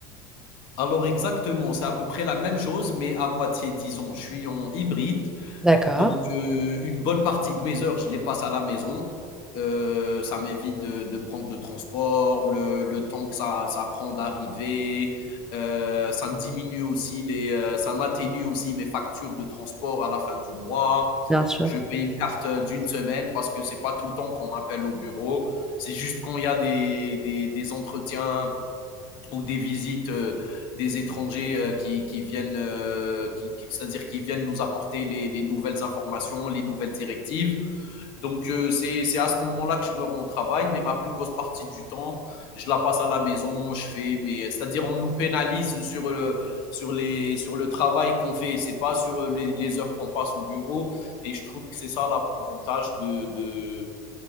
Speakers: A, on the left (about 50°); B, in the centre.
A: Alors exactement, c'est à peu près la même chose, mais à moitié, disons. Je suis en hybride,
B: D'accord.
A: Donc, heu, une bonne partie de mes heures, je les passe à la maison. Heu, ça m'évite de de prendre le transport, le le temps que ça ça prend d'arriver. Heu, ça me diminue aussi les, heu, ça m'atténue aussi mes factures de transport à la fin du mois.
B: bien sûr.
A: Je paye une carte, d'une semaine parce que c'est pas tout le temps qu'on m'appelle au bureau. C'est juste quand il y a des des des entretiens ou des visites euh, des étrangers euh, qui, qui viennent, euh, qui, qui- c'est-à-dire qui viennent nous apporter les, les nouvelles informations, les nouvelles directives. Donc euh, c'est c'est à ce moment-là que je me rends au travail, mais ma plus grosse partie du temps, je la passe à la maison. Je fais, mais c'est-à-dire on nous pénalise sur le sur les sur le travail qu'on fait. C'est pas sur les, les heures qu'on passe au bureau. Et je trouve que c'est ça l'avantage de de